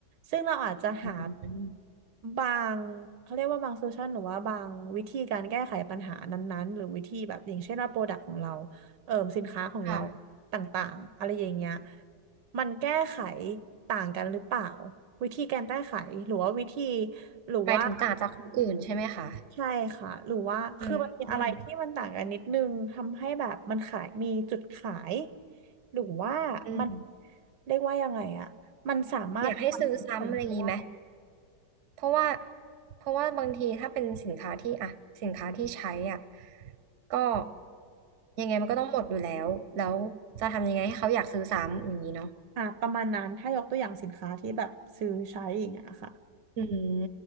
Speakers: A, on the right; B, on the right.
A: ซึ่งเราอาจจะหา
B: อืม
A: บางเขาเรียกว่าบางโซลูชันหรือว่าบางวิธีการแก้ไขปัญหานั้นๆหรือวิธีแบบอย่างเช่นว่าโปรดักต์ของเราเอ่อสินค้าของเรา
B: ค่ะ
A: ต่างๆอะไรอย่างเงี้ยมันแก้ไขต่างกันหรือเปล่าวิธีการแก้ไขหรือว่าวิธีหรือว่า
B: หมายถึงต่างจากคนอื่นใช่ไหมคะ
A: ใช่ค่ะหรือว่าคือมันมีอะไรที่มันต่างกันนิดนึงทำให้แบบมันขายมีจุดขาย
B: อืมอืม
A: หรือว่ามัน
B: อืม
A: เรียกว่ายังไงอะมันสามารถทำผลไปได้
B: อยากให้ซื้อซ้ำอะไรอย่างนี้ไหม เพราะว่าเพราะว่าบางทีถ้าเป็นสินค้าที่อ่ะสินค้าที่ใช้อ่ะก็ยังไงมันก็ต้องหมดอยู่แล้ว แล้วจะทำยังไงให้เขาอยากซื้อซ้ำอย่างนี้เนาะ
A: อ่ะประมาณนั้นถ้ายกตัวอย่างสินค้าที่แบบซื้อใช้อย่างเงี้ยค่ะ
B: อืม